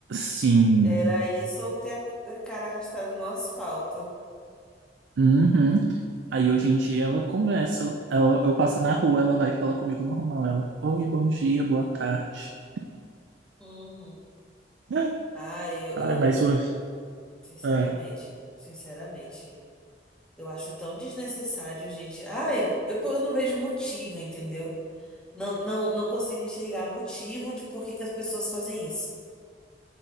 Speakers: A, on the right; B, in the centre.
A: Sim.
B: Era isso ou ter a cara arrastada no asfalto.
A: Uhum. Aí hoje em dia ela conversa, ela- eu passo na rua, ela vai e fala comigo normal. Ela, oi, bom dia, boa tarde.
B: Uhum.
A: <laughs>
B: ah eu,
A: Ai,
B: eu,
A: mas o.
B: sinceramente,
A: é,
B: sinceramente, eu acho tão desnecessário, gente. Ai, eu, eu não vejo motivo, entendeu? Não, não, não consigo enxergar motivo de por que que as pessoas fazem isso.